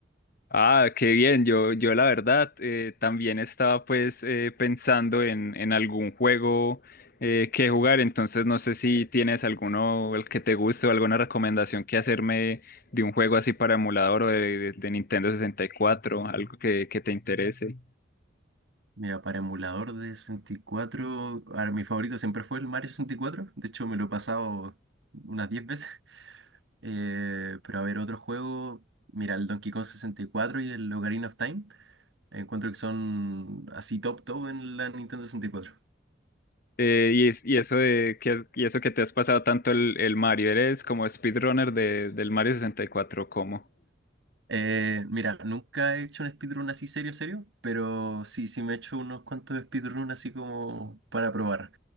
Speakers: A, on the left; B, on the right.
A: Ah, qué bien, yo, yo la verdad eh, también estaba pues eh, pensando en, en algún juego eh, que jugar, entonces no sé si tienes alguno el que te guste o alguna recomendación que hacerme de un juego así para emulador o de, de Nintendo 64, algo que, que te interese.
B: Mira, para emulador de 64, ahora, mi favorito siempre fue el Mario sesenta y cuatro De hecho, me lo he pasado unas 10 veces. <laughs> Eh, pero a ver, otro juego, mira, el Donkey Kong sesenta y cuatro y el Ocarina of Time. Encuentro que son así top top en la Nintendo sesenta y cuatro
A: Eh, y, es- y eso de que, y eso que te has pasado tanto el, el Mario, ¿eres como speedrunner de, del Mario sesenta y cuatro. cómo?
B: Eh, mira, nunca he hecho un speedrun así serio, serio, pero sí, sí me he hecho unos cuantos speedrun así como para probar.